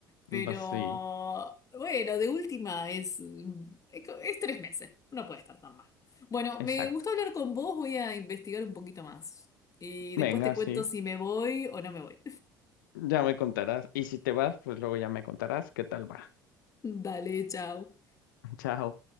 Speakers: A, on the left; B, on the left.
A: Pero
B: va, sí,
A: bueno, de última es, es tres meses, no puede estar tan mal. Bueno,
B: exacto.
A: me gustó hablar con vos, voy a investigar un poquito más y después
B: Venga,
A: te cuento
B: sí,
A: si me voy o no me voy.
B: ya me contarás. Y si te vas, pues luego ya me contarás qué tal va.
A: <laughs> Dale, chao.
B: <laughs> Chao.